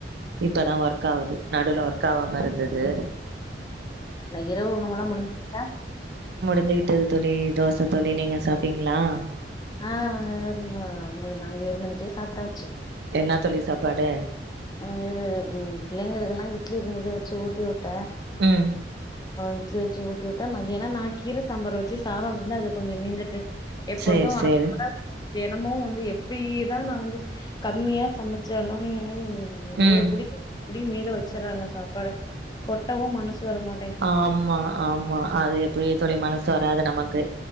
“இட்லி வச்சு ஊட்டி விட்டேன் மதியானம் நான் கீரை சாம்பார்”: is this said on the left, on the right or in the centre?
Left